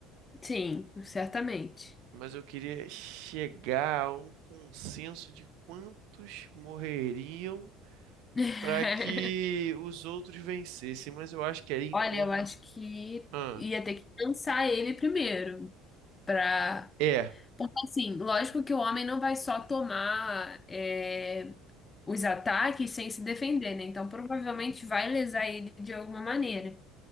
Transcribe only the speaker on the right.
Mas eu queria chegar a um consenso de quantos morreriam
para que os outros vencessem, mas eu acho que ali em
torno.
Ah,
é,